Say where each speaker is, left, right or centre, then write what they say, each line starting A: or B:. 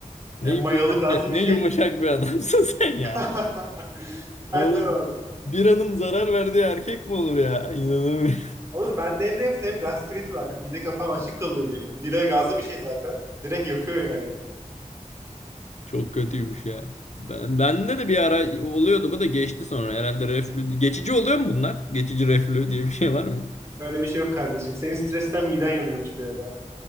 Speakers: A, on the left; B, on the right.
A: Ne
B: E mayalı
A: yumuşak
B: gazlı
A: bir,
B: bir
A: ne
B: şey.
A: yumuşak bir adamsın <laughs> sen ya.
B: <laughs>
A: Oğlum
B: Hadi lan oradan.
A: bir hanım zarar verdiği erkek mi olur ya? İnanamıyorum.
B: Oğlum ben de hem reflü hem gastrit var. Mide kapağım açık kalıyor benim. Bira gazlı bir şey zaten. Direkt yakıyor yani.
A: Çok kötüymüş ya. Ben, bende de bir ara oluyordu bu da geçti sonra. Herhalde reflü. Geçici oluyor mu bunlar? Geçici reflü diye bir şey var mı?
B: Öyle bir şey yok kardeşim. Senin stresten miden yanıyormuş bir ara.